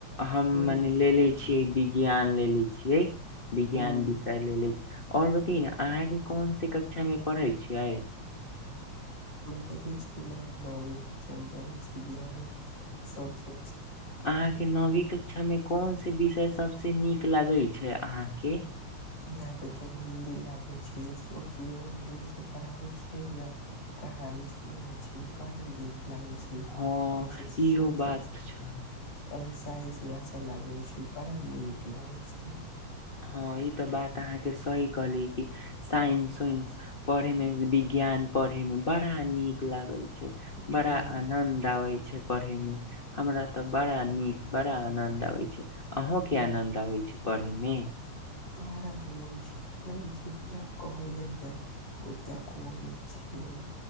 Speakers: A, on the left (about 50°); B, on the left (about 75°).
A: हम
B: हम्म
A: मने लेेले छियै वि ज्ञान लेेले छियै विज्ञान
B: हम्म
A: विषय लेले छियै और बतैयै न अहाँके कोनसे कक्षा मे पढ़े छियै
B: बतैले छी न अहाँ के नवीं कक्षा में पढ़ै छी दुनिया के सबसे अच्छा
A: अहां के नवीं कक्षा में कोन से विषय सबसे नीक लागे छै अहां के
B: ईहाँ के तो हिन्दी लागे छै या सरजी जे इंगलिश मे पढ़ाबे छियै न कहानी सुनावै छै बड़ा नीक लागै छै
A: हँ
B: अइसे सोसल
A: इहो बात
B: स
A: छै
B: साइंस अच्छा लागे छै बड़ा नीक लागे छै
A: हँ ई त बात अहाँके सही कहली कि साइंस उइंस पढ़े मे विज्ञान पढ़े में बड़ा नीक लागै छै
B: उहूं
A: बड़ा आनद आबै छै पढ़े में हमरा तऽ बड़ा नीक बड़ा आनंद आबै छै अहों के
B: उहूं
A: आनंद आबै छै पढ़े मे
B: बड़ा आनंद छै मालूम छै जितना कहल जाइ न उतना कमे छियै